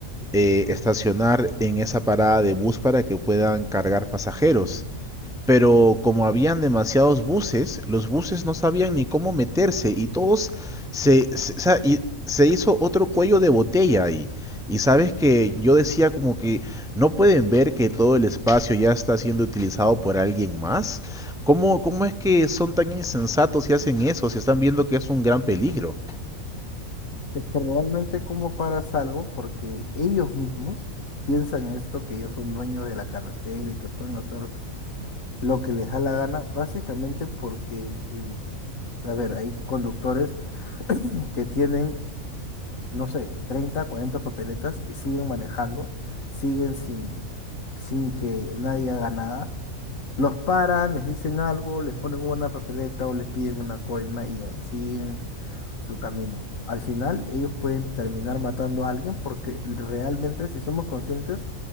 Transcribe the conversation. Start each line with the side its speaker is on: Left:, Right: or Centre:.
Centre: eh, estacionar en esa parada de bus para que puedan cargar pasajeros pero como habían demasiados buses, los buses no sabían ni cómo meterse y todos se, se- o sea, y se hizo otro cuello de botella ahí. Y sabes que yo decía como que no pueden ver que todo el espacio ya está siendo utilizado por alguien más. ¿Cómo, cómo es que son tan insensatos y hacen eso si están viendo que es un gran peligro?
Left: Es que realmente cómo paras algo, porque ellos mismos piensan esto, que ellos son dueños de la carretera y que pueden hacer lo que les da la gana, básicamente porque, eh, a ver, hay conductores que tienen no sé, 30 40 papeletas y siguen manejando, siguen sin, sin que nadie haga nada. Los paran, les dicen algo, les ponen una papeleta o les piden una coima y ahí siguen su camino. Al final, ellos pueden terminar matando a alguien porque realmente, si somos conscientes,